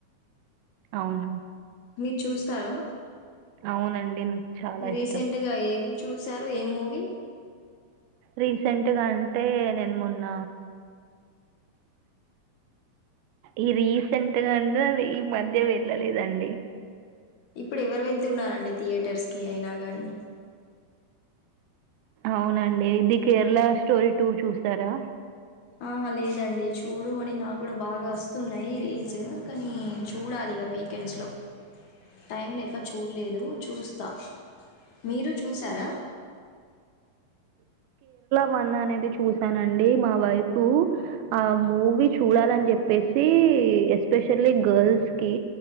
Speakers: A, on the right; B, on the left.
A: అవున
B: మీరు చూస్తారా
A: అవునండి చాలా
B: రీసెంట్గా
A: ఇష్టం
B: ఏం చూసారు ఏం మూవీ
A: రీసెంట్గా అంటే నేను మొన్న ఈ రీసెంట్గా ఉంట ఈ మధ్య వెళ్ళలేదండి
B: ఇప్పుడు ఎవరు వెళ్తున్నారండి థియేటర్స్ కి అయినా గాని
A: అవునండి ఇది కేరళ స్టోరీ టూ చూసారా
B: ఆహ లేదండి చూడు అని నా కూడా బాగా వస్తున్నాయి రీల్స్ కానీ చూడాలి ఇగ వీకెండ్స్లో టైం లేక చూడలేదు చూస్తా మీరు చూసారా
A: వన్ అనేది చూసానండి మా వైపు ఆ మూవీ చూడాలని చెప్పేసి ఈ ఆక్స్పెషల్లి గర్ల్ కి